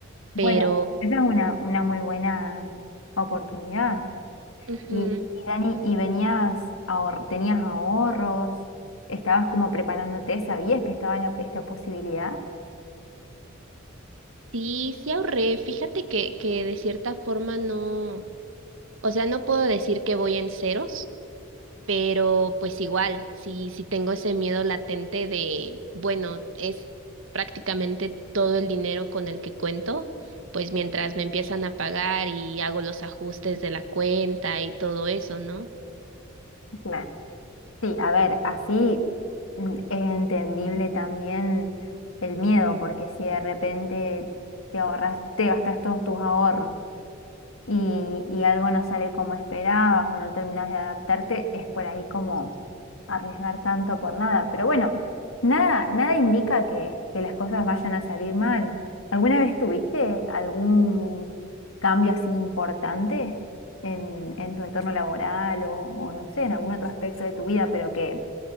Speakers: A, on the left; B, on the right.
A: Bueno,
B: Pero
A: esa es una, una muy buena oportunidad.
B: ujú,
A: Y, y Dani, ¿y venías, ahor- tenías ahorros? ¿Estabas como preparándote? ¿Sabías que estaba la- esta posibilidad?
B: sí, sí ahorré, fíjate que, que de cierta forma no, o sea, no puedo decir que voy en ceros Pero pues igual, si si tengo ese miedo latente de, bueno, es prácticamente todo el dinero con el que cuento, pues mientras me empiezan a pagar y hago los ajustes de la cuenta y todo eso, ¿no?
A: Claro. Sí, a ver, así mm, es entendible también el miedo, porque si de repente te ahorras, te gastas todos tus ahorros y, y algo no sale como esperabas o no terminas de adaptarte, es por ahí como arriesgar tanto por nada. Pero bueno, nada, nada indica que, que las cosas vayan a salir mal. ¿Alguna vez tuviste algún cambio así importante en, en tu entorno laboral o, o no sé, en algún otro aspecto de tu vida, pero que,